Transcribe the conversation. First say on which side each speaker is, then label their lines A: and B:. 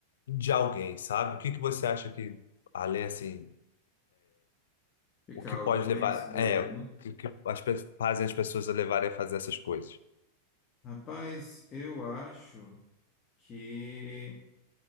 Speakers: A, on the left; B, on the left.
A: de alguém, sabe? O que que você acha que, além assim,
B: que
A: o
B: causa,
A: que pode
B: né,
A: levar,
B: isso daí,
A: é, o
B: né?
A: que, que as, pe- fazem as pessoas a levarem a fazer essas coisas?
B: Rapaz, eu acho que,